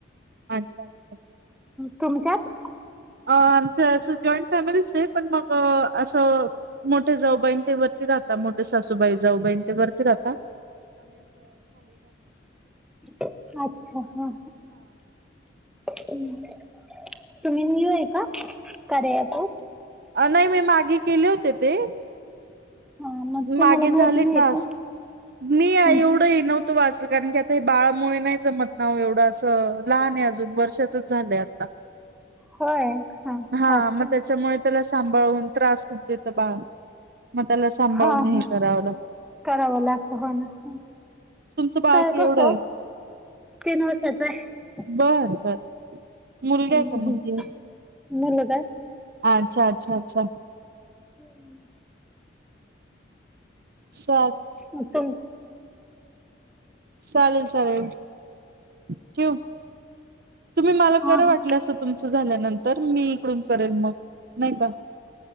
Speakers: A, on the right (about 55°); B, in the centre.
A: अच्छा अच्छा
B: तुमच्यात?
A: अ आमचं अस जॉईंट फॅमिलीच आहे पण मग असं मोठे जाऊबाईन ते वरती राहता मोठ सासूबाई जाऊबाईन ते वरती राहतात
B: अच्छा हा हा तुम्ही न्यू हाय का कार्यात
A: अ नाही मी मागे केले होते ते
B: हा मग तुम्हाला
A: मागे झाले
B: माहित नाही
A: टस्क
B: का
A: मी
B: हम्म,
A: हे
B: हम्म.
A: एवढं नव्हतं वाच कारण की आता हे बाळामुळे नाही जमतना एवढं असं लहान आहे अजून वर्षाचच झालंय आता
B: होय
A: हा
B: अच्छा
A: मग त्याच्यामुळे त्याला सांभाळून त्रास खूप देतो आमच बाळ मग त्याला सांभाळूनही
B: हा हा
A: कराव
B: करावं लागतं हो ना
A: तुमचं बाळ
B: तर
A: केवढं
B: कसं
A: आहे?
B: तीन वर्षाच आहे.
A: बर बर मुलगा
B: हम्म,
A: का मुलगी
B: हम्म.
A: आहे?
B: मुलगा आहे
A: अच्छा अच्छा अच्छा.
B: हम्म.
A: सात
B: मग तुम
A: चालेल चालेल क्यू तुम्ही मला
B: हा
A: खरं
B: हा.
A: वाटलं असं तुमच झाल्यानंतर मी इकडून करेन मग नाही का